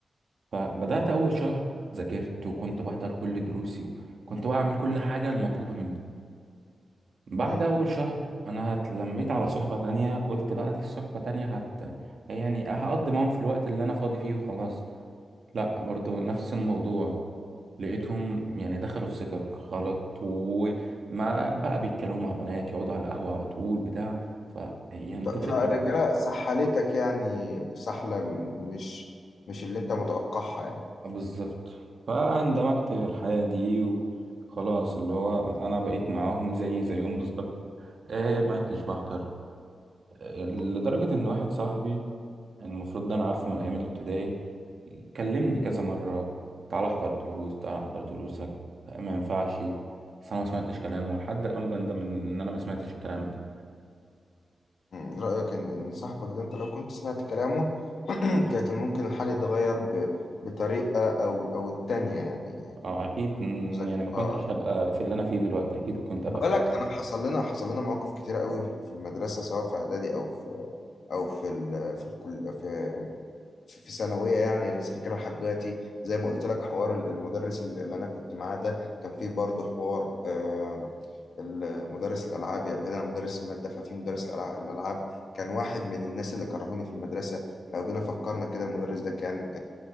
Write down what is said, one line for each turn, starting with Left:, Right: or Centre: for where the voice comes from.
Right: فبدات اول شهر ذاكرت وكنت بحضر كل دروسي وكنت بعمل كل حاجه المطلوبه مني بعد
Left: مم.
Right: أول شهر أنا اتلميت على صحبة تانية قلت بقى دي الصحبة تانية هت يعني هقضي معاهم في الوقت اللي أنا فاضي فيه وخلاص لأ برضو نفس الموضوع لقيتهم يعني دخلوا في سكك غلط وما بقى بيتكلموا مع بنات يقعدوا على القهوة على طول بتاع ف يعني
Left: ف-
Right: جريت
Left: فالرجاله
Right: مني
Left: سحلتك يعني سحله م- مش مش اللي انت متوقعها يعني
Right: بالظبط فاندمجت في الحياة دي وخلاص اللي هو أنا بقيت معاهم زي زيهم بالظبط إيه ما كنتش بحضر آه، لدرجة إن واحد صاحبي يعني المفروض ده انا عارفه من ايام الابتدائي كلمني كذا مره تعال احضر دروس تعال احضر دروسك ما ينفعش بس انا ما سمعتش كلامه لحد الان بندم ان انا ما سمعتش الكلام ده
Left: مم، رأيك إن إن صاحبك ده أنت لو كنت سمعت كلامه <clears throat> كانت ممكن الحال يتغير ب... بطريقة أو أو التانية يعني
Right: اه اكيد م،
Left: ذكي
Right: يعني ما كنتش
Left: آه
Right: هبقى في اللي انا فيه دلوقتي اكيد كنت
Left: خد
Right: هبقى
Left: بالك
Right: في مكان
Left: انا
Right: تاني.
Left: حصل لنا حصل لنا مواقف كتيره قوي في في المدرسه سواء في اعدادي او في او في ال في الكل في في في ثانويه يعني انا لسه فاكرها لحد دلوقتي زي ما قلت لك حوار ال- المدرس ال- اللي انا كنت معاه ده كان فيه برضه حوار آم، ال- مدرس الالعاب يعني بعيدا عن مدرس الماده ففي مدرس الألع- الالعاب كان واحد من الناس اللي كرهوني في المدرسه لو جينا فكرنا كده المدرس ده كان